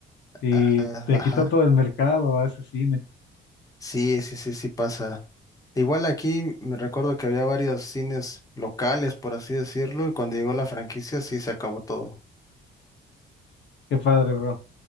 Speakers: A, on the left (about 65°); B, on the left (about 15°).
A: y
B: ah,
A: te
B: Ajá.
A: quitó todo el mercado a ese cine.
B: Sí, sí, sí, sí pasa. Igual aquí me recuerdo que había varios cines locales, por así decirlo, y cuando llegó la franquicia sí se acabó todo.
A: Qué padre, bro.